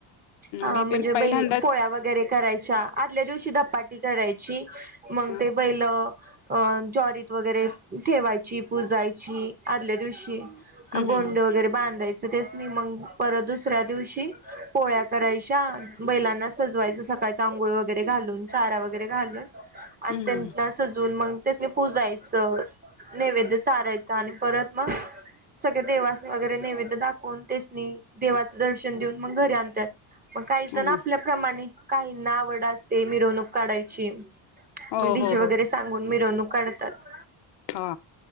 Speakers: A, on the right (about 20°); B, on the left (about 65°).
A: हा
B: मी
A: म्हणजे
B: पण पहिल्यांदाच
A: बैल पोळ्या वगैरे करायच्या आदल्या दिवशी धपाटी करायची. मग
B: ह
A: ते बैल अ ज्वारीत वगैरे ठेवायची, पुजायची आदल्या दिवशी.
B: हम्म
A: गोंडे
B: हम्म
A: वगैरे बांधायच त्यासनी. मग परत दुसऱ्या दिवशी पोळ्या करायच्या, बैलांना सजवायच स अंघोळ वगैरे घालून चारा वगैरे घालून, आणि
B: हम्म
A: त्यां सजून मग त्यासनी पुजायचं. नैवेद्य चारायचं आणि परत मग सगळे देवासनी वगैरे नैवेद्य दाखवून तेसनी, देवाचं दर्शन देऊन मग घरी आणतात. मग काही जण
B: हम्म
A: आपल्याप्रमाणे, काहींना आवड असते मिरवणूक काढायची.
B: हो
A: मग डीजे
B: हो
A: वगैरे
B: हो
A: सांगून मिरवणूक काढतात.
B: हा,